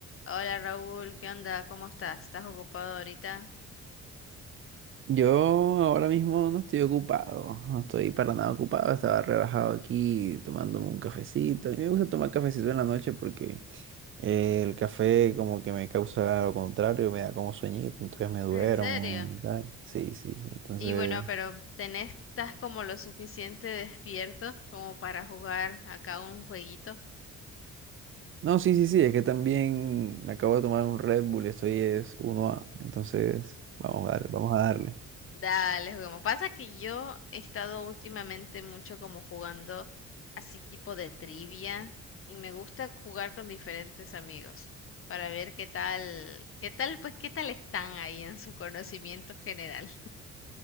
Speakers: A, on the left; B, on the right.
A: Hola Raúl, ¿qué onda? ¿Cómo estás? ¿Estás ocupado ahorita?
B: Yo ahora mismo no estoy ocupado, no estoy para nada ocupado, estaba relajado aquí tomándome un cafecito. A mí me gusta tomar cafecito en la noche porque eh, el café como que me causa lo contrario, me da como sueñito, entonces me duermo
A: ¿En serio?
B: y tal. Sí, sí, sí, entonces...
A: Y bueno, pero ¿tenés, estás como lo suficiente despierto como para jugar acá un jueguito?
B: No, sí, sí, sí, es que también me acabo de tomar un Red Bull, estoy es uno a entonces vamos a darle, vamos a darle.
A: Dale, juguemos. Pasa que yo he estado últimamente mucho como jugando así tipo de trivia y me gusta jugar con diferentes amigos para ver qué tal, qué tal, pues qué tal están ahí en su conocimiento general.